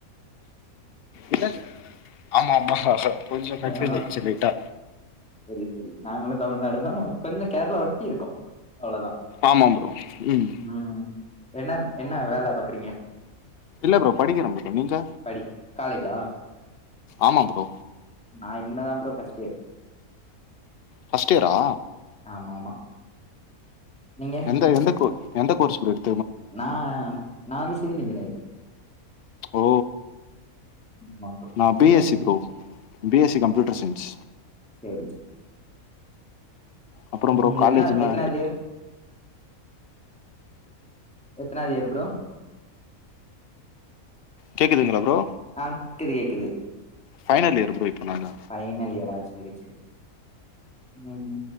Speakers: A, on the left (about 55°); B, in the centre.
A: இல்ல இல்ல ஆமா ஆமா கொஞ்சோ கன்ஃபியூஸ்டு
B: ஆ
A: ஆயிடுச்சு லைட்டா
B: சரி சரி நாங்களு தமிழ்நாடு தா கொஞ்சோ கேரளா ஒட்டி இருக்கோ அவ்ளோதா
A: ஆமாம் ப்ரோ ம்
B: ம் என்னம் என்னா வேல பாக்குறீங்க
A: இல்ல ப்ரோ படிக்கிறே ப்ரோ நீங்க
B: படி காலேஜா
A: ஆமாம் ப்ரோ
B: நா இனிமேதா ப்ரோ ஃபர்ஸ்ட் இயர்
A: ஃபர்ஸ்ட் இயர்ரா
B: ஆமா ஆமா நீங்க
A: எந்த எந்த கோ எந்த கோர்ஸ் ப்ரோ எடுத்
B: நா நா வந்து சிவில் இன்ஜினியரிங்
A: ஓ
B: ஆமா ப்ரோ
A: நா
B: நீங்க
A: பி S C bro B S C computer science
B: செரி செரி
A: அப்புறம் ப்ரோ
B: ம்
A: காலேஜ்னா
B: எத்தனாத் எத்தனாது இயர் எத்தனாது இயர் ப்ரோ
A: கேக்குதுங்ளா ப்ரோ
B: ஆ க்குது கேக்குது
A: ஃபைனல் இயர் ப்ரோ இப்ப நானு
B: ஃபைனல் இயரா சரி சரி ம்